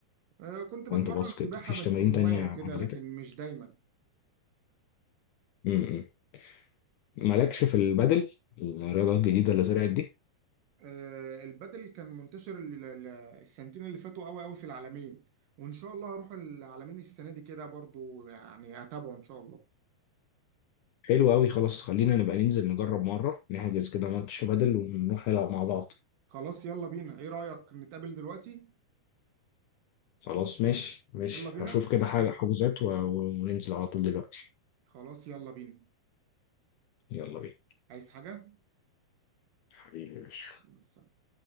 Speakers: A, on the right; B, on the left.
A: آه، كنت بتمرن
B: اتمرنت باسكت
A: سباحة
B: مفيش
A: بس
B: تمارين
A: هواية
B: تانية عجبتك؟
A: كده لكن مش دايما
B: م- م. مالكش في البدل الرياضة الجديدة اللي طلعت دي
A: آه، البادل كان منتشر ال- ال- السنتين اللي فاتوا قوي قوي في العالمين وان شاء الله هروح العالمين السنه دي كده برضو يعني اتابعه ان شاء الله
B: حلو أوي خلاص خلينا نبقى ننزل نجرب مرة نحجز كده ماتش بدل ونروح نلعب مع بعض
A: خلاص يلا بينا ايه رايك نتقابل دلوقتي
B: خلاص ماشي ماشي
A: يلا بينا
B: هشوف كده حاجة حجوزات و- وننزل على طول دلوقتي
A: خلاص يلا بينا
B: يلا بينا
A: عايز حاجه
B: حبيبي يا باشا
A: بس